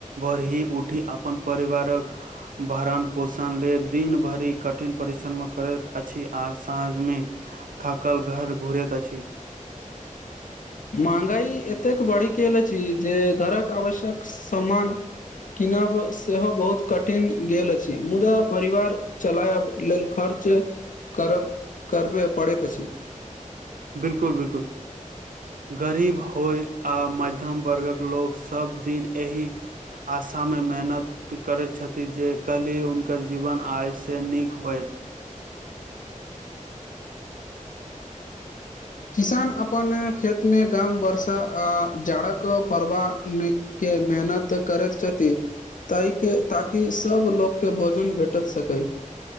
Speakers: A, on the right; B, on the left.
A: भर ही उठी अपन परिवारक भरण पोषण लेल दिन भरि कठिन परिश्रममे करैत अछि आ साँझ में थाकल घर घुरैत अछी
B: महंगाई एतेक बढ़ गेल अछि जे घरक आवश्यक सम्मान किनब सेहो बहुत कठिन गेल अछि मुदा परिवार चलायब लेल खर्च करब करबे पड़ैत अछि
A: बिल्कुल बिलकुल गरीब होय आ मध्यम वर्गक लोक सभदिन ए आशा में मेहनत त करैत छथिन जे कहली हुनकर जीवन आईसँ नीक होयत
B: किसान अपन खेत में गाम वरसा आ जाड़क पड़बा ई नहि के मेहनत करत छथि ताहि के ताकि सब लग के भोजन भेटत सकै